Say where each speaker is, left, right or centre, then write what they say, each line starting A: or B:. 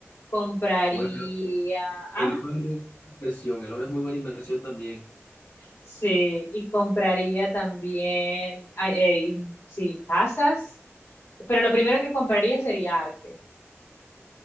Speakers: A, on the left; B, on the left.
A: compraría,
B: bueno,
A: ah,
B: el oro es muy buena inversión, el oro es muy buena inversión también.
A: sí, y compraría también, ah, eh, mm, sí, casas, pero lo primero que compraría sería arte,